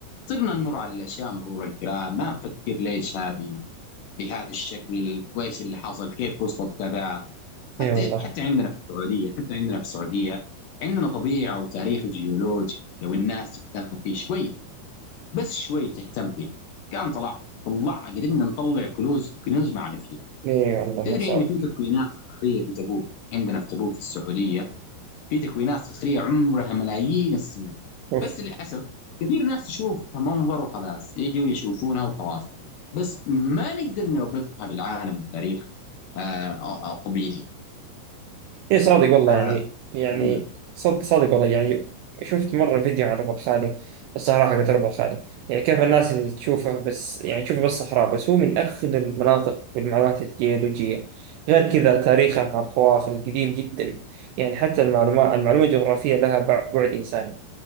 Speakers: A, on the left; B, on the right.
A: صرنا نمر على الأشياء مرور الكرام ما نفكر ليش هذه بهذا الشكل وإيش اللي حصل كيف وصلت كذا حتى
B: إيه والله
A: حتى عندنا في السعودية حتى عندنا في السعودية عندنا طبيعة وتاريخ جيولوجي لو الناس تهتم فيه شوي بس شوي تهتم فيه كان طلع طلع قدرنا نطلع كنوز كنوز معرفيه
B: إيه والله نفس
A: تدري
B: هذا.
A: ان في تكوينات صخريه في تبوك عندنا في تبوك في السعوديه في تكوينات صخريه عمرها ملايين السنين
B: أوف
A: بس للاسف كثير ناس تشوفها منظر وخلاص يجوا يشوفونها وخلاص بس ما نقدر نربطها بالعالم والتاريخ آه، آه، الطبيعي
B: ايه صادق والله
A: ف
B: يعني يعني
A: مم.
B: صد صادق والله يعني شفت مرة فيديو عن ربع خالي الصحراء حقت ربع خالي يعني كيف الناس اللي تشوفه بس يعني تشوفه بس صحراء بس هو من أخذ المناطق بالمعلومات الجيولوجية غير كذا تاريخه مع القوافل القديم جدا يعني حتى المعلومات المعلومة الجغرافية لها بع- بعد إنساني